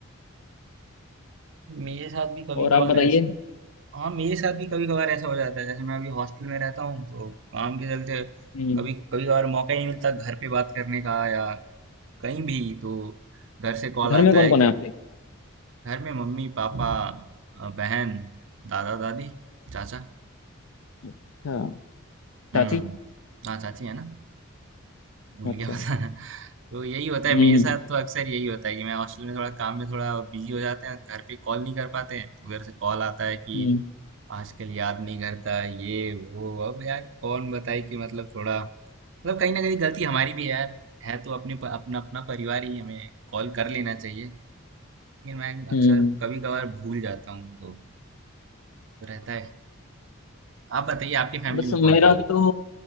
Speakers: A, on the right; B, on the left.
A: मेरे साथ भी कभी
B: और
A: कभार
B: आप बताइए
A: हाँ मेरे साथ भी कभी कभार ऐसा हो जाता है जैसे मैं अभी हॉस्टल में रहता हूँ तो काम के चलते
B: हम्म
A: कभी कभी कभार मौका ही नहीं मिलता घर पे बात करने का या कहीं भी तो घर से कॉल
B: घर
A: आता
B: में कौन
A: है
B: कौन
A: कि
B: है आपके
A: घर में मम्मी पापा अ, बहन दादा दादी चाचा
B: अच्छा
A: हम्म
B: चाची
A: हाँ चाची है ना भूल
B: अच्छा
A: गया बताना तो यही होता है
B: हम्म
A: मेरे साथ तो अक्सर यही होता है कि मैं हॉस्टल में थोड़ा काम में थोड़ा बिजी हो जाते हैं घर पे कॉल नहीं कर पाते हैं तो उधर से कॉल आता है कि
B: हम्म
A: आजकल याद नहीं करता ये वो अब यार कौन बताए कि मतलब थोड़ा मतलब कहीं ना कहीं गलती हमारी भी है यार है तो अपने प- अपना अपना परिवार ही हमें कॉल कर लेना चाहिए लेकिन मैं
B: हम्म
A: अक्सर कभी कभार भूल जाता हूँ तो रहता है आप बताइए आपकी फैमिली
B: बस
A: में
B: मेरा
A: कौन कौन है
B: तो